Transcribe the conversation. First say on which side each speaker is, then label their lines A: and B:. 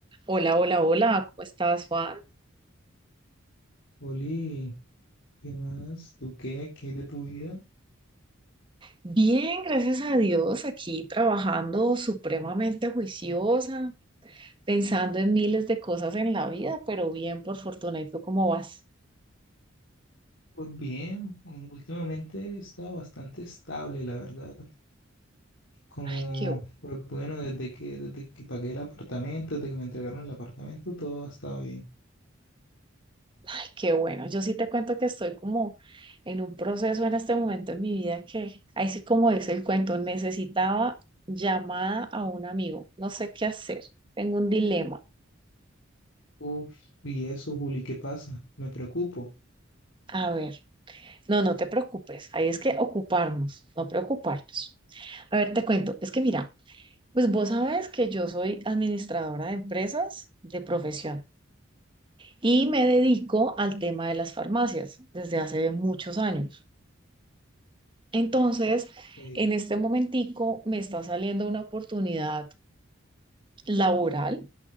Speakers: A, on the right; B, on the left.
A: Hola, hola, hola, ¿cómo estás, Juan?
B: Oli, ¿qué más? ¿Tú qué? ¿Qué hay de tu vida?
A: Bien, gracias a Dios, aquí trabajando supremamente juiciosa, pensando en miles de cosas en la vida, pero bien, por fortuna. ¿Y tú cómo vas?
B: Pues bien, mm, últimamente he estado bastante estable, la verdad. Como,
A: Ay, Qué,
B: pues bueno, desde que, desde que pagué el apartamento, desde que me entregaron el apartamento, todo ha estado bien.
A: ay, qué bueno. Yo sí te cuento que estoy como en un proceso en este momento en mi vida que, ahí sí como dice el cuento, necesitaba llamada a un amigo. No sé qué hacer. Tengo un dilema.
B: Uf, y eso, Juli, ¿qué pasa? Me preocupo.
A: A ver, no, no te preocupes. Ahí es que ocuparnos, no preocuparnos. A ver, te cuento. Es que mira. Pues vos sabés que yo soy administradora de empresas de profesión y me dedico al tema de las farmacias desde hace muchos años. Entonces,
B: Eh,
A: en este momentico me está saliendo una oportunidad laboral.